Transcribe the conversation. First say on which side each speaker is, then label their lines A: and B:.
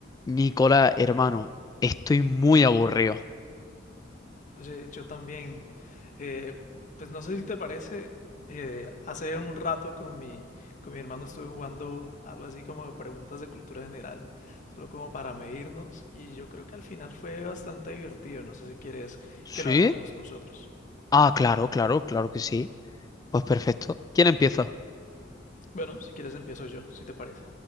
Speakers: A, on the left (about 20°); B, on the left (about 40°).
A: Nicola, hermano, estoy muy aburrido.
B: Oye, yo también. Eh, pues no sé si te parece, eh, hace un rato con mi, con mi hermano estuve jugando algo así como de preguntas de cultura general, solo como para medirnos, y yo creo que al final fue bastante divertido. No sé si quieres
A: ¿Sí?
B: que lo hagamos nosotros.
A: Ah, claro, claro, claro que sí. Pues perfecto. ¿Quién empieza?
B: Bueno, si quieres empiezo yo, si te parece.